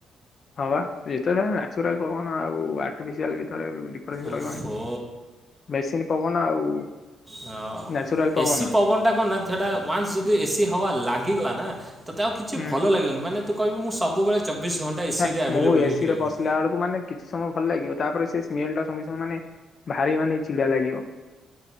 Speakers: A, on the left; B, on the right.
A: ହଁ ବା ଯେତବେେଳେ ନ୍ୟାଚୁରାଲ ପବନ ଆଟୁଫିସିଆଲ ଭିତରେ ଡି ଫ୍ରେନ୍ସ
B: ଓହୋ
A: ରହିବନି ମେସିନ ପବନ ଆଉ
B: ହଁ
A: ନ୍ୟାଚୁରାଲ ପବନ
B: ଏସିି ପବନଟା କଣ ନା ସେଟା ୱାନ୍ସ ଯଦି ଏସି ହୱା ଲାଗ୍ ଇଗଲା ନା ତତେ ଆଉ କିଛି
A: ହୁଁ
B: ଭଲ ଲାଗିବନି ମାନେ ତୁ କହିବୁ ମୁଁ ସବୁବେଳେ ଚବିଶ ଘଣ୍ଟା ଏସିରେ
A: ହେ
B: ଆଭେଲେବୁଲ୍
A: ମୁଁ ଏସିରେ
B: ହେଇକି ରହିବି
A: ପଶିଲା ବେଳକୁ ମାନେ କିଛି ସମୟ ଭଲ ଲାଗିବ ତାପରେ ସେ ସ୍ମେଲଟା ସଙ୍ଗେ ସଙ୍ଗେ ମାନେ ଭାରି ମାନେ ଚିଡା ଲାଗିବ।